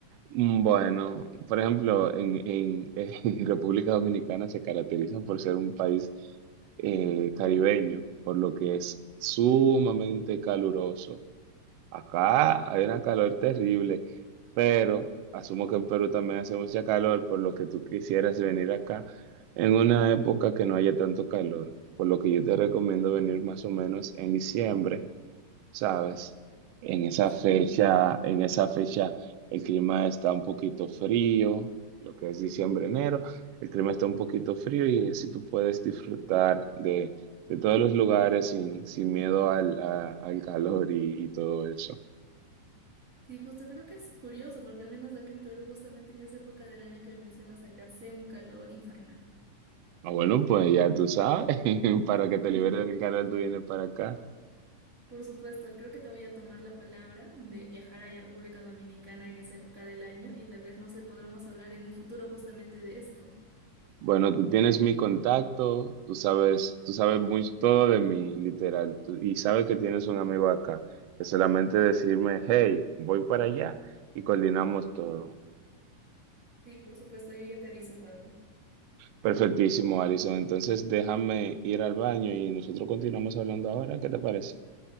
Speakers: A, on the right; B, on the right.
A: Bueno, por ejemplo, en, en- en <laughs> República Dominicana se caracteriza por ser un país eh, caribeño, por lo que es sumamente caluroso. Acá hay una calor terrible, pero asumo que en Perú también hace mucha calor, por lo que tú quisieras venir acá en una época que no haya tanto calor, por lo que yo te recomiendo venir más o menos en diciembre ¿sabes? En esa
B: Sí.
A: fecha, en esa fecha el clima está un poquito frío, lo que es diciembre, enero, el clima está un poquito frío y así tú puedes disfrutar de, de todos los lugares sin, sin miedo al, a- al calor y, y todo eso.
B: Sí, justo creo que es curioso, porque al menos acá en Perú, justamente en esa época del año que mencionas acá, hace un calor infernal.
A: Ah, bueno, pues ya tú sabes, <laughs> para que te
B: <laughs>
A: liberes del calor, tú vienes para acá.
B: Por supuesto, creo que te voy a tomar la palabra de viajar allá a República Dominicana en esa época del año y tal vez no se podremos hablar en un futuro justamente de esto.
A: Bueno, tú tienes mi contacto, tú sabes, tú sabes muy todo de mí, literal, tú- y sabes que tienes un amigo acá. Es solamente decirme, hey, voy para allá y coordinamos todo.
B: Sí, por supuesto, yo ya te aviso cuando.
A: Perfectísimo, Alison. Entonces déjame ir al baño y nosotros continuamos hablando ahora. ¿Qué te parece?